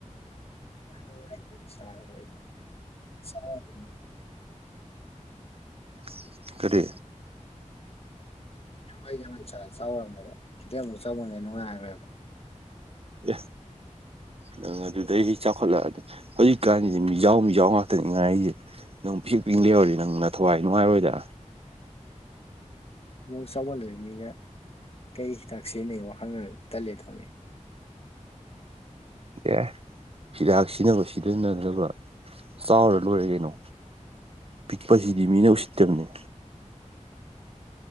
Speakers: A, on the left; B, on the right.
A: ꯍꯋꯥꯏꯗꯨ ꯆꯥꯔꯕꯣꯡ ꯑꯩ ꯆꯥꯎ <unintelligible>
B: <unintelligible> ꯀꯔꯤ
A: ꯍꯋꯥꯏ ꯌꯥꯃꯟ ꯆꯥꯗ ꯆꯥꯎꯔꯕꯅꯦꯕ ꯁꯤꯗꯩ ꯑꯃꯨꯛ ꯆꯥꯎꯃꯟꯒꯤ ꯅꯨꯡꯉꯥꯏꯔꯔꯣꯢꯕ
B: ꯑꯦ ꯅꯪ ꯑꯗꯨꯗꯒꯤ ꯆꯥꯎꯈꯠꯂꯛꯑꯗꯤ ꯍꯧꯖꯤꯛꯀꯥꯟꯒꯤꯗꯤ ꯃꯤꯖꯥꯎ ꯃꯤꯖꯥꯎ ꯉꯥꯛꯇꯅꯤ ꯉꯥꯏꯔꯤꯖꯦ ꯅꯪ ꯄꯤꯁꯤꯛ ꯄꯤꯛ ꯂꯩꯍꯧꯔꯗꯤ ꯅꯪ ꯅꯊꯋꯥꯏ ꯅꯨꯡꯉꯥꯏꯔꯣꯏꯗ
A: ꯑꯃꯨꯛ ꯆꯥꯎꯃꯜꯂꯦ ꯃꯤꯅ ꯀꯩ ꯍꯤꯗꯥꯛ ꯁꯤꯖꯤꯟꯅꯩ ꯃꯨꯛ ꯍꯪꯉꯛꯑꯗꯝ ꯇꯜꯂꯦ ꯇꯧꯅꯤ
B: ꯑꯦ ꯍꯤꯗꯥꯛ ꯁꯤꯖꯤꯟꯅꯕ ꯁꯤꯖꯤꯟꯅꯗꯕ ꯆꯥꯎꯔ ꯂꯣꯏꯔꯦ ꯀꯩꯅꯣ ꯄꯤꯛꯄꯁꯤꯗꯤ ꯃꯤꯅ ꯎꯁꯤꯠꯇꯕꯅꯤ